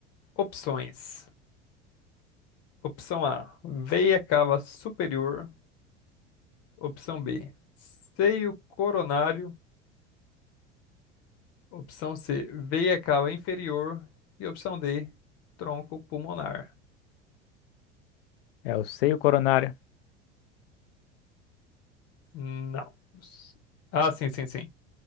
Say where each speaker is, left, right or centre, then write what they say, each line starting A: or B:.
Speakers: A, on the left; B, on the left.
A: opções. Opção A, veia cava superior. Opção B, seio coronário. Opção C, veia cava inferior. E opção D, tronco pulmonar.
B: É o seio coronário.
A: Não. Ah, sim, sim, sim.